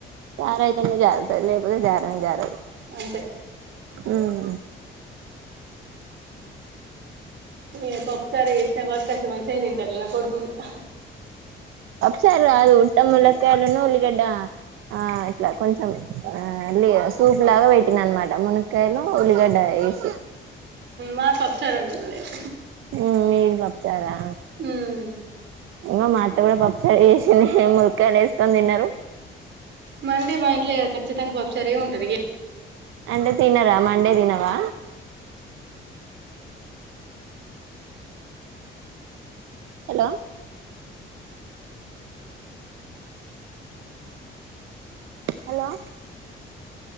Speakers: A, on the right; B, on the right.
A: చారా ఇయితే జారారుత జారా జారుత
B: అంతే
A: అ అ
B: న తప్తార ఎష్ నాగ వకాశ వంత సేంట అ కువిత
A: సర కాదు ఉట్ట ముల్లక్కయలులను ఉల్లిగడ్డ ఆ ఇట్లా కొంచెం ఆ లే సూపు లాగా పెట్టిన అనమాట మునక్కయలు ఉల్లిగడ్డ వేసి
B: మా తప్పచ్చారుంంద నేను
A: ఉ ఇది మా విచ్చారా
B: ఉమ్
A: ఇ మా ఎ కూడా పసేసిిన ఏ ములకాయలు వేస్తు తిన్నారు
B: మండే మా ఇంట్లో ఖచ్చితంగా బప్సార ఏమి ఉంటది
A: అంటే తినరా మండే తినవా hello hello